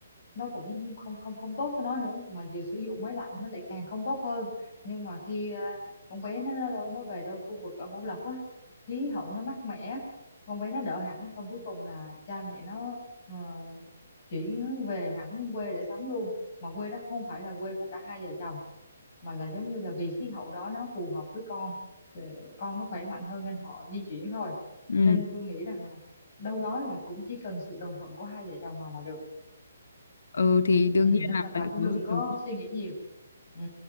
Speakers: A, on the left; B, on the left.
A: nó cũng không không không tốt cho nó nữa mà vừa sử dụng máy lạnh nó lại càng không tốt hơn nhưng mà khi à, con bé nó nó đâu nó về đâu khu vực ở Bảo Lộc á khí hậu nó mát mẻ con bé nó đỡ hẳn xong cuối cùng là cha mẹ nó ờ, chuyển về hẳn quê để sống luôn mà quê đó không phải là quê của cả hai vợ chồng mà là giống như là vì khí hậu đó nó phù hợp với con thì con nó khỏe mạnh hơn nên họ di chuyển thôi
B: ừ.
A: nên tôi nghĩ rằng là đâu đó là cũng chỉ cần sự đồng thuận của hai vợ chồng mà là được
B: Ừ, thì đương
A: ừ,
B: nhiên
A: nên
B: là
A: là bà
B: phải
A: cũng
B: có
A: đừng có
B: sự-
A: suy nghĩ nhiều ừ,